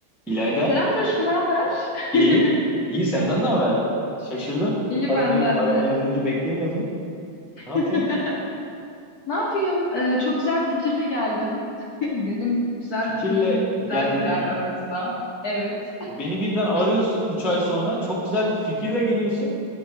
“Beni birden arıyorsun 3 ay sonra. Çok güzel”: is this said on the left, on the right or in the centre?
Centre